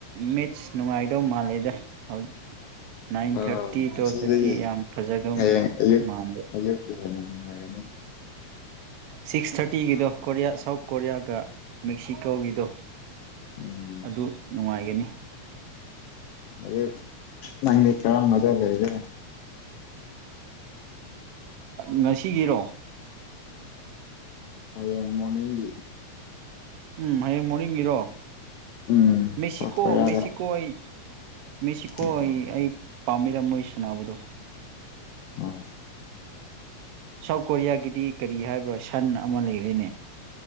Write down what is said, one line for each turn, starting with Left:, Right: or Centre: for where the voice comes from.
Right: ꯃꯦꯠꯁ ꯅꯨꯡꯉꯥꯏꯗꯧ ꯃꯥꯜꯂꯦꯗ ꯍꯧꯖꯤꯛ ꯅꯥꯏꯟ
Left: ꯑ
Right: ꯊꯥꯔꯇꯤ
Left: ꯉꯁꯤꯗꯤ
Right: ꯇꯨꯋꯦꯜꯞ ꯊꯥꯔꯇꯤ ꯌꯥꯝ ꯐꯖꯗꯧ
Left: ꯍꯌꯦꯡ ꯑꯌꯨ
Right: ꯃꯥꯟꯗꯦ
Left: ꯑꯌꯨꯀꯤꯦꯅ ꯍꯥꯏꯒꯅꯤ
Right: ꯁꯤꯛꯁ ꯊꯥꯔꯇꯤꯒꯤꯗꯣ ꯀꯣꯔꯤꯌꯥ ꯁꯥꯎꯠ ꯀꯣꯔꯤꯌꯥꯒ ꯃꯦꯛꯁꯤꯀꯣꯒꯤꯗꯣ
Left: ꯎꯝ
Right: ꯑꯗꯨ ꯅꯨꯡꯉꯥꯏ ꯅꯤ
Left: ꯑꯗ ꯅꯪ ꯀꯥꯜ ꯃꯗ ꯂꯩ ꯏꯔꯦ
Right: ꯉꯁꯤꯒꯤꯔꯣ
Left: ꯍꯌꯦꯡ ꯃꯣꯔꯅꯤꯡꯒꯤ
Right: ꯎꯝ ꯍꯌꯦꯡ ꯃꯣꯔꯅꯤꯡꯒꯤꯔꯣ
Left: ꯎꯝ
Right: ꯃꯦꯁꯤꯀꯣ
Left: ꯁꯥꯎꯠ ꯀꯣꯔꯤꯌꯥꯒ
Right: ꯃꯦꯛꯁꯤꯀꯣ ꯍ ꯃꯦꯁꯤꯀꯣ
Left: ꯑꯣ
Right: ꯍ ꯑꯩ ꯄꯥꯝꯃꯤꯔꯝ ꯃꯣꯏ ꯁꯥꯟꯅꯕꯗꯣ
Left: ꯑ
Right: ꯁꯥꯎꯠ ꯀꯣꯔꯤꯌꯥꯒꯤꯗꯤ ꯀꯔꯤ ꯍꯥꯏꯕ꯭ꯔꯣ ꯁꯟꯅ ꯑꯃ ꯂꯩꯔꯅꯦ